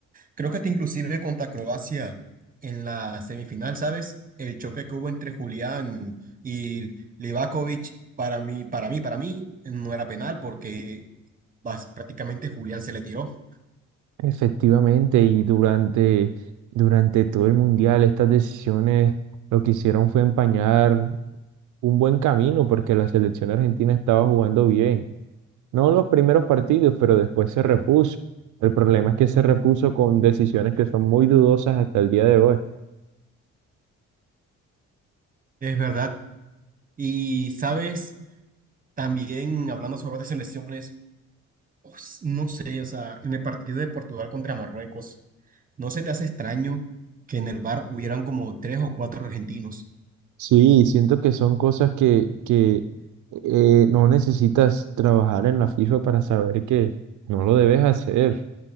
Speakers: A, on the right; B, on the right.
A: Creo que hasta inclusive contra Croacia en la semifinal, ¿sabes? El choque que hubo entre Julián y Livakovic, para mí, para mí, para mí, no era penal porque bas- prácticamente Julián se le tiró.
B: Efectivamente, y durante, durante todo el mundial, estas decisiones lo que hicieron fue empañar un buen camino porque la selección argentina estaba jugando bien. No en los primeros partidos, pero después se repuso. El problema es que se repuso con decisiones que son muy dudosas hasta el día de hoy.
A: Es verdad. Y, ¿sabes? También hablando sobre otras selecciones, pues, no sé, o sea, en el partido de Portugal contra Marruecos, ¿no se te hace extraño que en el bar hubieran como tres o cuatro argentinos?
B: Sí, siento que son cosas que, que eh, no necesitas trabajar en la FIFA para saber que no lo debes hacer.